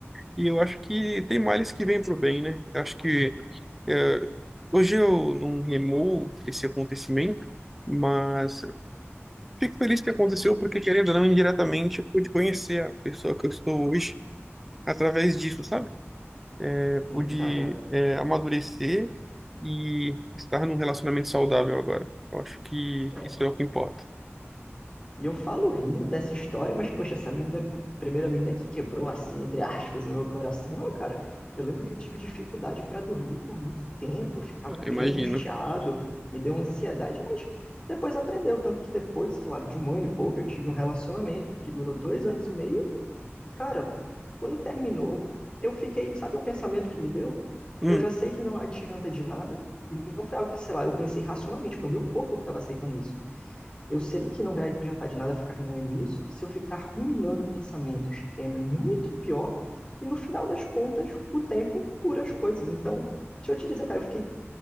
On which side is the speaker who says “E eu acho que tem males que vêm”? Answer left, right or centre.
Centre